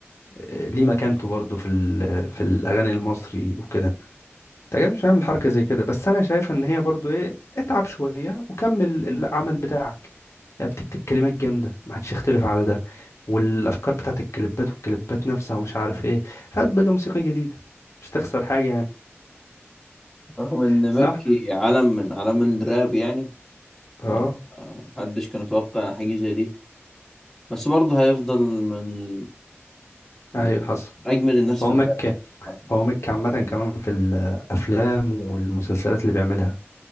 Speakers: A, on the left; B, in the centre.
A: آه، ليه مكانته برضه في ال- في الاغاني المصري وكده انت أكيد مش هعمل حركه زي كده بس انا شايف ان هي برضه ايه اتعب شويه وكمل العمل بتاعك يعني بتكتب كلمات جامده ما حدش يختلف على ده والافكار بتاعت الكليبات والكليبات نفسها ومش عارف ايه هات بقى موسيقى جديده مش تخسر حاجه يعني
B: رغم إن
A: صح
B: مكي عالم من أعلام الراب يعني
A: اه
B: فمحدش كان يتوقع حاجة زي دي بس برضه هيفضل من من
A: ايوه حصل
B: أجمد الناس
A: هو
B: في الراب
A: مكة
B: يعني عامة.
A: هو مكة عامة كمان في الأفلام والمسلسلات اللي بيعملها